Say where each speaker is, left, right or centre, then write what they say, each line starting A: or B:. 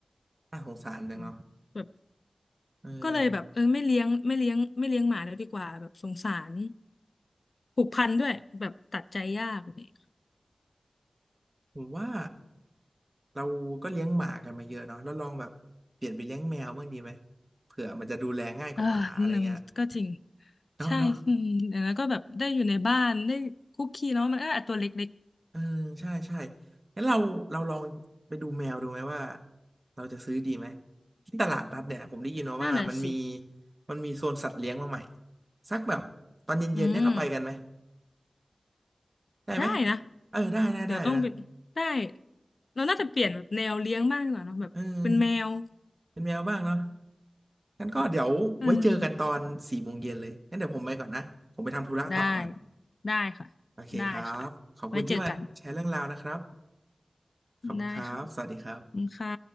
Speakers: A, on the right; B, on the left.
A: น่าสงสารจังเนาะ
B: อืมแบบ
A: เออ
B: ก็เลยแบบเออไม่เลี้ยงไม่เลี้ยงไม่เลี้ยงหมาแล้วดีกว่าแบบสงสารผูกพันด้วยแบบตัดใจยากเนี่ย
A: ผมว่า เราก็เลี้ยงหมากันมาเยอะเนาะแล้วลองแบบเปลี่ยนไปเลี้ยงแมวบ้างดีไหมเผื่อมันจะดูแลง่ายกว่าหมาอะไรเงี้ย
B: อ่าหนึ่งก็จริง
A: เนาะเนาะ
B: ใช่อืมแล้วก็แบบได้อยู่ในบ้านได้คุกคีเนาะมันก็อ่ะตัวเล็ก
A: เออใช่ใช่งั้นเราเราลองไปดูแมวดูไหมว่าเราจะซื้อดีไหมที่ตลาดนัดเนี่ยผมได้ยินมาว่ามันมี
B: นั่นน่ะสิ
A: มันมีโซนสัตว์เลี้ยงมาใหม่สักแบบตอนเย็นๆเนี่ยเราไปกันไหม
B: อืม
A: ได้ไหม
B: ได้นะ
A: เออได้ได้ได้นะ
B: เดี๋ยวต้องไปได้ เราน่าจะเปลี่ยนแบบแนวเลี้ยงบ้างดีกว่าเนอะแบบเป็นแมว
A: เออเป็นแมวบ้างเนาะงั้นก็เดี๋ยวไว้เจอกันตอนสี่โมงเย็นเลยงั้นเดี๋ยวผมไปก่อนนะผมไปทำธุระต่อก่อน
B: เออได้ ได้ค่ะ
A: โอเคครับ
B: ได้ค่ะ
A: ขอบคุณที่มาแชร์เรื่องราวนะครับ
B: ไว้เจอกัน
A: ขอบคุณครับ
B: ได้ค่ะ
A: สวัสดีครับ
B: ขอบคุณค่ะ